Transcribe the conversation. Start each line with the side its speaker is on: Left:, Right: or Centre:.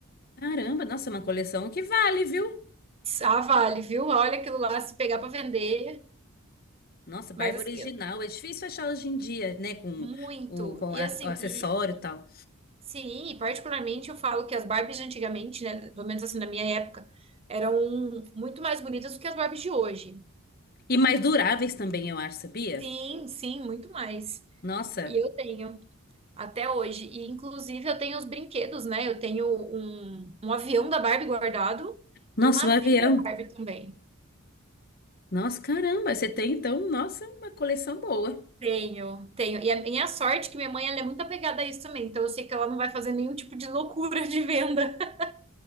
Left: Caramba, nossa, uma coleção que vale, viu?
Right: Ah, vale, viu? Olha aquilo lá se pegar pra vender.
Left: Nossa, barba
Right: Mas, assim,
Left: original.
Right: eu-
Left: É difícil achar hoje em dia, né? Com
Right: muito.
Left: o, com
Right: E,
Left: a-
Right: assim,
Left: o acessório e tal.
Right: Sim, e particularmente eu falo que as Barbies de antigamente, né, pelo menos assim na minha época, eram muito mais bonitas do que as Barbies de hoje.
Left: E mais duráveis também, eu acho, sabia?
Right: Sim, sim, muito mais.
Left: Nossa,
Right: E eu tenho até hoje. E inclusive eu tenho os brinquedos, né? Eu tenho um, um avião da Barbie guardado
Left: nossa,
Right: e um navio
Left: o avião.
Right: da Barbie também.
Left: Nossa, caramba, você tem então, nossa, uma coleção boa.
Right: Tenho, tenho. E a minha sorte é que minha mãe ela é muito apegada a isso também, então eu sei que ela não vai fazer nenhum tipo de loucura de venda. <laughs>